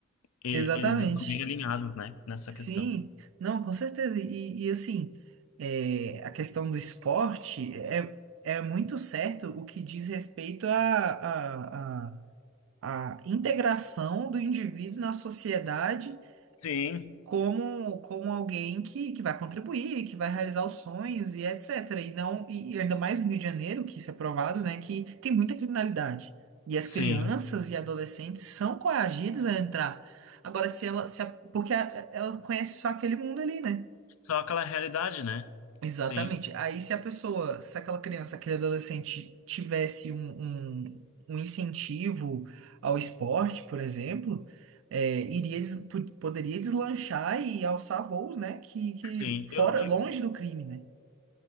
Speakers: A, on the left; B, on the right.
A: e-
B: Exatamente.
A: eles andam bem alinhados, né, nessa
B: Sim,
A: questão.
B: não, com certeza. E, e assim, é, a questão do esporte é, é muito certo o que diz respeito à à à- à integração do indivíduo na sociedade
A: Sim,
B: como como alguém que, que vai contribuir, que vai realizar os sonhos e etc. E não e e ainda mais no Rio de Janeiro, que isso é provado, né, que tem muita criminalidade. E as
A: sim.
B: crianças e adolescentes são coagidas a entrar. Agora, se ela, se a- porque a- ela conhece só aquele mundo ali, né?
A: Só aquela realidade, né?
B: Exatamente.
A: Sim,
B: Aí, se a pessoa, se aquela criança, aquele adolescente tivesse um, um, um incentivo ao esporte, por exemplo, é, iria, des- po- poderia deslanchar e alçar voos, né? Que, que
A: sim.
B: fora,
A: Eu di-
B: longe do crime, né?